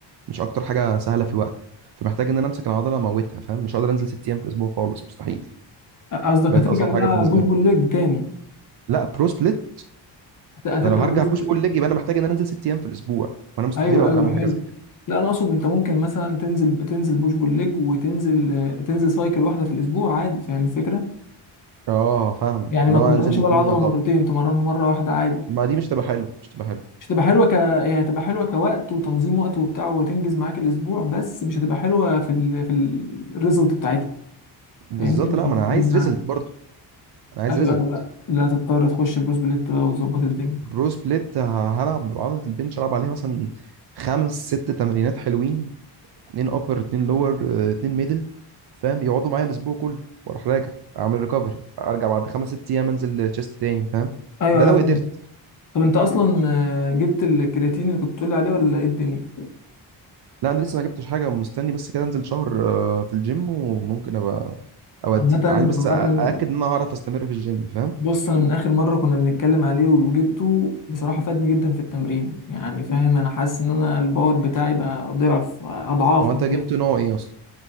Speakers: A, on the right (about 55°); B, on the left (about 40°).
A: مش اكتر حاجه سهله في الوقت فمحتاج ان انا امسك العضله اموتها فاهم مش هقدر انزل ست ايام في الاسبوع خالص مستحيل
B: قصدك
A: بقت
B: هترجع
A: اصعب
B: بقى
A: حاجه بالنسبه
B: بوش بول
A: لي
B: ليج تاني
A: لا برو سبليت
B: هت- هترجع
A: انا لو هرجع
B: بروز
A: بوش
B: بليت
A: بول ليج يبقى انا محتاج ان انا انزل ست ايام في الاسبوع وانا مستحيل
B: ايوه
A: اقدر
B: ايوه
A: اعمل
B: حلو
A: حاجه زي كده
B: لا انا اقصد انت ممكن مثلا تنزل تنزل بوش بول ليج وتنزل آه، تنزل سايكل واحدة في الاسبوع عادي فاهم الفكرة
A: اه فاهمك
B: يعني
A: اللي
B: ما تمرنش
A: هو انا انزل الاثنين
B: بقى العضلة
A: يا طب
B: مرتين تمرنها مرة واحدة عادي
A: ما دي مش تبقى حلو مش تبقى حلو
B: مش هتبقى حلوه ك هي هتبقى حلوه كوقت وتنظيم وقت وبتاع وتنجز معاك الاسبوع بس مش هتبقى حلوه في ال... في الريزلت بتاعتها
A: بالظبط
B: فاهمني مش
A: لا
B: هتجيب
A: ما انا عايز
B: معاك
A: ريزلت برضو انا عايز
B: ايوه
A: ريزلت
B: أيوة، لا لا هتضطر تخش بروس بليت بقى وتظبط الدنيا
A: برو سبليت ه- هلعب عضله البنش العب عليها مثلا خمس ست تمرينات حلوين اتنين ابر اتنين لور اتنين ميدل فاهم يقعدوا معايا الاسبوع كله واروح راجع اعمل ريكفري ارجع بعد خمس ست ايام انزل تشيست تاني فاهم
B: ايوه
A: ده
B: ايوه
A: لو
B: فاهم
A: قدرت
B: طب انت اصلا آه، جبت الكرياتين اللي كنت بتقول لي عليه ولا ايه الدنيا
A: لا انا لسه ما جبتش حاجه مستني بس كده انزل شهر آه، في الجيم وممكن ابقى اودي
B: عامه
A: عايز بس أ-
B: عامه
A: ااكد ان انا هعرف استمر في الجيم فاهم
B: بص انا من اخر مره كنا بنتكلم عليه وجبته بصراحه فادني جدا في التمرين يعني فاهم انا حاسس ان انا الباور بتاعي بقى ضعف اضعاف
A: هو انت
B: مش
A: جبت
B: ضعف.
A: نوع ايه اصلا